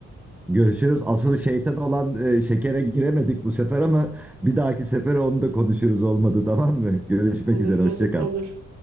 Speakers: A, in the centre; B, on the right.
A: Görüşürüz. Asıl şeytan olan e, şekere giremedik bu sefer ama bir dahaki sefere onu da konuşuruz olmadı tamam mı? Görüşmek
B: Olur,
A: üzere.
B: olur,
A: Hoşça
B: olur.
A: kal.